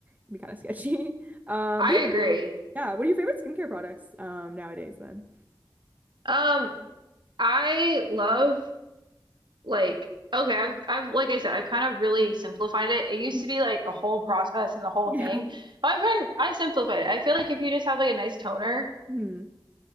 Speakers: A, on the right (about 20°); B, on the right (about 70°).
A: can be kind of sketchy. <laughs> Uh,
B: I
A: but
B: agree.
A: yeah, yeah, what are your favorite skincare products um nowadays then?
B: Um, I love like okay, I've I've like I said, I kind of really simplified it. It used
A: Mm.
B: to be like a whole process and the whole
A: <laughs>
B: thing.
A: Yeah.
B: But I've been I've simplified it. I feel like if you just have like a nice toner
A: hmm